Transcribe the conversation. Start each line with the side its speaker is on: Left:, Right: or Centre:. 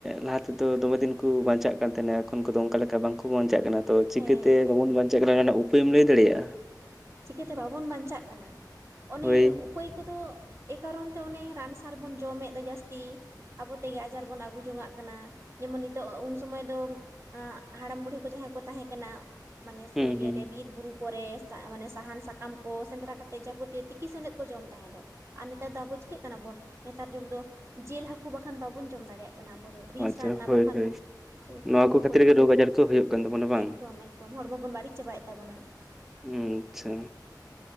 Centre: ᱞᱟᱦᱟ ᱛᱮᱫᱚ ᱫᱚᱢᱮ ᱫᱤᱱ ᱠᱚ ᱵᱟᱧᱪᱟᱜ ᱠᱟᱱ ᱛᱟᱦᱮᱱᱟ ᱠᱚ। ᱤᱱᱠᱤ ᱫᱚ ᱚᱱᱠᱟ ᱞᱮᱠᱟ ᱵᱟᱝᱠᱚ ᱵᱟᱧᱪᱟᱜ ᱠᱟᱱᱟ ᱛᱚ ᱪᱤᱠᱟᱹᱛᱮ
Right: ᱦᱮᱸ
Centre: ᱵᱟᱵᱚᱱ
Right: ᱮᱠᱫᱚᱢ
Centre: ᱵᱟᱧᱪᱟᱜ ᱠᱟᱱᱟ ᱚᱱᱟ ᱨᱮᱱᱟᱜ ᱩᱯᱟᱹᱭᱮᱢ ᱞᱟᱹᱭ ᱫᱟᱲᱮᱭᱟᱜᱼᱟ?
Right: ᱪᱤᱠᱟᱹᱛᱮ ᱵᱟᱵᱚᱱ ᱵᱟᱧᱪᱟᱜ ᱠᱟᱱᱟ ᱚᱱᱮ
Centre: ᱦᱳᱭ
Right: ᱩᱯᱟᱹᱭ ᱠᱚᱫᱚ ᱮᱭ ᱠᱟᱨᱚᱱ ᱛᱮ ᱚᱱᱮ ᱨᱟᱱ ᱥᱟᱨ ᱵᱚᱱ ᱡᱚᱢᱮᱫ ᱫᱚ ᱡᱟᱹᱥᱛᱤ ᱟᱵᱚ ᱛᱮᱜᱮ ᱟᱡᱟᱨ ᱵᱚᱱ ᱟᱹᱜᱩ ᱡᱚᱝ-ᱟᱜ ᱠᱟᱱᱟ ᱡᱮᱢᱚᱱ ᱱᱤᱛᱚᱜ ᱩᱱ ᱥᱚᱢᱚᱭ ᱫᱚ ᱦᱟᱲᱟᱢ ᱵᱩᱲᱦᱤ ᱠᱚ ᱡᱟᱦᱟᱸᱭ ᱠᱚ ᱛᱟᱦᱮ ᱠᱟᱱᱟ ᱢᱟᱱᱮ ᱥᱮ
Centre: ᱦᱩᱸ
Right: ᱤᱭᱟᱹᱨᱮ
Centre: ᱦᱩᱸ
Right: ᱵᱤᱨᱼ ᱵᱩᱨᱩ ᱠᱚᱨᱮ ᱢᱟᱱᱮ ᱥᱟᱦᱟᱱ ᱥᱟᱠᱟᱢ ᱠᱚ ᱥᱮᱸᱫᱽᱨᱟ ᱠᱟᱛᱮᱫ ᱡᱟᱵᱚᱛᱤᱭᱚ ᱛᱤᱠᱤ ᱥᱮᱸᱫᱮᱫ ᱠᱚ ᱡᱚᱢ ᱛᱟᱦᱮᱸ ᱫᱚ। ᱟᱨ ᱱᱮᱛᱟᱨ ᱫᱚ ᱟᱵᱚ ᱪᱤᱠᱟᱹᱜ ᱠᱟᱱᱟ ᱵᱚᱱ ᱱᱮᱛᱟᱨ ᱡᱩᱜᱽ ᱫᱚ ᱡᱤᱞ ᱦᱟᱹᱠᱩ ᱵᱟᱠᱷᱟᱱ ᱵᱟᱵᱚᱱ ᱡᱚᱢ ᱫᱟᱲᱮᱭᱟᱜ ᱠᱟᱱᱟ। ᱟᱵᱚ ᱫᱚ ᱨᱤᱪ
Centre: ᱟᱪᱪᱷᱟ
Right: ᱨᱟᱱ ᱱᱟ
Centre: ᱦᱳᱭ
Right: ᱵᱟᱠᱷᱟᱱ
Centre: ᱦᱳᱭ ᱱᱚᱣᱟ
Right: ᱥᱩᱱᱩᱢ
Centre: ᱠᱚ ᱠᱷᱟᱹᱛᱤᱨ
Right: ᱯᱚᱨᱤᱢᱟᱱ
Centre: ᱜᱮ ᱨᱳᱜᱽ ᱟᱡᱟᱨ ᱠᱚ ᱦᱩᱭᱩᱜ ᱠᱟᱱ ᱛᱟᱵᱚᱱᱟ ᱵᱟᱝ
Right: ᱮᱠᱫᱚᱢ ᱮᱠᱫᱚᱢ। ᱛᱚ ᱦᱚᱲᱢᱚ ᱵᱚᱱ ᱵᱟᱹᱲᱤᱡ ᱪᱟᱵᱟᱭᱮᱫ ᱛᱟᱵᱚᱱᱟ।
Centre: ᱦᱩᱸ ᱟᱪᱪᱷᱟ᱾